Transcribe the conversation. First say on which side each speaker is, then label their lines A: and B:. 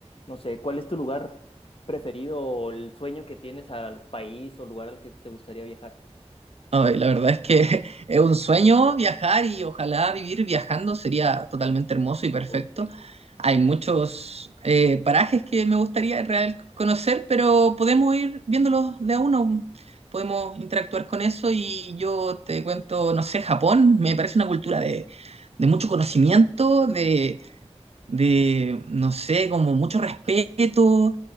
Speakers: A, on the left; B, on the right.
A: No sé, ¿cuál es tu lugar preferido o el sueño que tienes al país o lugar al que te gustaría viajar?
B: Ay, la verdad es que <laughs> es un sueño viajar y ojalá vivir viajando sería totalmente hermoso y perfecto.
A: Uf, sí.
B: Hay muchos eh, parajes que me gustaría en real conocer, pero podemos ir viéndolos de a uno. Podemos interactuar con eso y yo te cuento, no sé, Japón me parece una cultura de, de mucho conocimiento, de, de, no sé, como mucho respeto